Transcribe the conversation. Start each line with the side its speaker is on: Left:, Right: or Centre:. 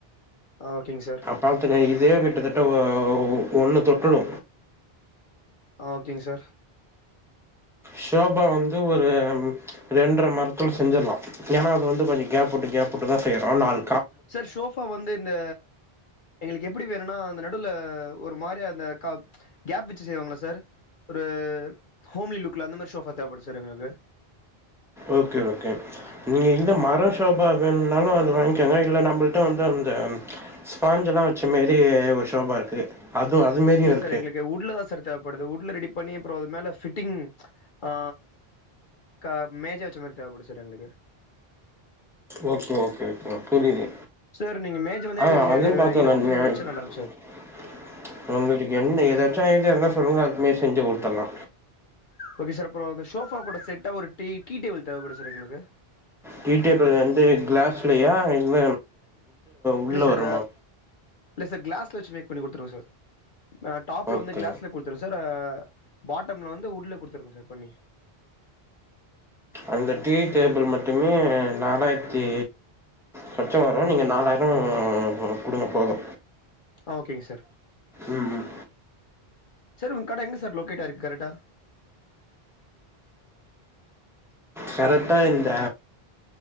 Left: ஆ ஓகேங் சார்
Centre: பாத்துக்க இதே கிட்டத்தட்ட ஒன்ன தொட்டுடு
Left: ஆ ஓகேங் சார்
Centre: ஷோஃபா வந்து ஒரு ரெண்டர மரத்துல செஞ்சிர்லா ஏனா அது வந்து கொஞ்ச கேப்விட்டு கேப்விட்டு தா செய்றோ நால்
Left: சார் ஷோஃபா வந்து இந்த எங்களுக்கு எப்டி வேணுனா அந்த நடுல ஒரு மாரிய அந்த க கேப் வச்சு செய்வாங்கல சார் ஒரு ஹோம்லி லுக்ல அந்த மாரி ஷோஃபா தேவப்படுத் சார் எங்ளுக்கு
Centre: ஓகே ஓகே நீங்க இந்த மர சோஃபா வேணுமுனாலு அது வாங்கிகெங்க இல்ல நம்பள்ட்ட வந்து அந்த ஸ்பான்ஞ்சல்லா வச்ச மாரி ஒரு ஷோபா இருக்கு அது அதுவு மாரியு
Left: இல்ல
Centre: இருக்கு
Left: சார் எங்களுக்கு வுட்ல தா சார் தேவப்படுது வுட்ல ரெடி பண்ணி அப்பற அது மேல ஃபிட்டிங் அ க மேஜ வச்ச மாரி தேவைப்படு சார் எங்களுக்கு
Centre: ஓகே ஓகே அ புரிது
Left: சார் நீங்க மேஜ வந்து
Centre: அ
Left: எங்களுக்கு
Centre: அதையு <unintelligible>
Left: இலவ மஞ்சள் வச்சா நல்லா இருக்கு சார்
Centre: உங்களுக்கு என்ன <unintelligible> எதுனா சொல்லுங்க அத இப்மே செஞ்சு குடுத்துட்லா
Left: ஓகே சார் அப்பற அந்த ஷோஃபா கூட செட்டா ஒரு டீ டீ டேபிள் தேவைப்படு சார் எங்களுக்கு
Centre: டீ டேபுள் வந்து கிளாஸ்லையா இல்ல உள்ள
Left: இல்ல சார்
Centre: வருமா
Left: இல்ல சார் கிளாஸ்ல வச்சு மேக் பண்ணி குடுத்துருங்க சார் டாப்ல
Centre: ஓகே
Left: வந்து கிளாஸ்ல குடுத்துருங்க சார் பாட்டம்ல வந்து வுட்ல குடுத்துருங்க சார் பண்ணி
Centre: அந்த டீ டேபிள் மட்டுமே நாலாய்ர்த்தி சொச்சொ வரு நீங்க நாலாயிரொ குடுங்க போது
Left: ஆ ஓகேங்க சார்
Centre: ம் ம்
Left: சார் உங்க கட எங்க சார் லொக்கேட்டாயிருக்கு கரெட்டா
Centre: கரெட்டா இந்த